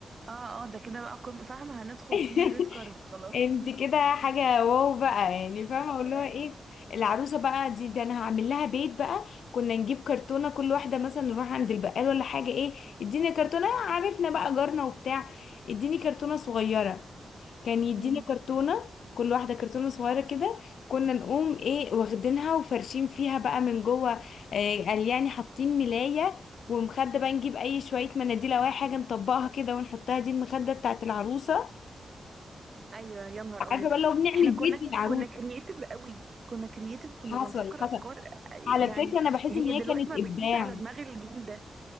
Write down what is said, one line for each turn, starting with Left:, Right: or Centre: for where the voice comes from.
Right: اه اه ده كده بقى قمة فاهمة هندخل
Left: <laughs>
Right: بيه ريد كاربت خلاص
Left: انت
Right: <laughs>
Left: كده حاجة واو بقى يعني فاهمة اقول لها
Right: ايوه
Left: ايه العروسة بقى دي ده انا هعمل لها بيت بقى كنا نجيب كرتونة كل واحدة مثلا نروح عند البقال ولا حاجة ايه اديني كرتونة عرفنا بقى جارنا وبتاع اديني كرتونة صغيرة كان يدينا
Right: امم
Left: كرتونة كل واحدة كرتونة صغيرة كده كنا نقوم ايه واخدينها وفرشين فيها بقى من جوه إيه قال يعني حاطين ملاية ومخدة بقى نجيب اي شوية مناديل او اي حاجة نطبقها كده ونحطها دي المخدة بتاعت العروسة
Right: ايوه يا نهار
Left: عارفه
Right: ابيض
Left: بقى لو بنعمل
Right: احنا كنا
Left: بيت للعروسه
Right: كنا كرييتيف قوي كنا كرييتيف كنا
Left: حصل
Right: بنفكر
Left: حصل
Right: افكار يعني
Left: على فكره انا بحس
Right: هي
Left: ان هي
Right: دلوقتي
Left: كانت
Right: ما
Left: ابداع
Right: بتجيش على دماغ الجيل ده